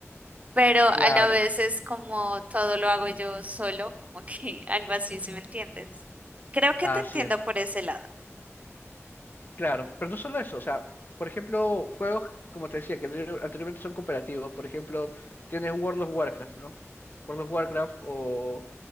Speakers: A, on the right; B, on the left.
A: pero
B: Claro.
A: a la vez es como todo lo hago yo solo, como que <laughs> algo así, si me entiendes? Creo que
B: Así
A: te entiendo
B: es,
A: por ese lado.
B: claro, pero no solo eso, o sea, por ejemplo, juegos, como te decía, que anterior- anteriormente son cooperativos, por ejemplo, tienes World of Warcraft, ¿no? World of Warcraft o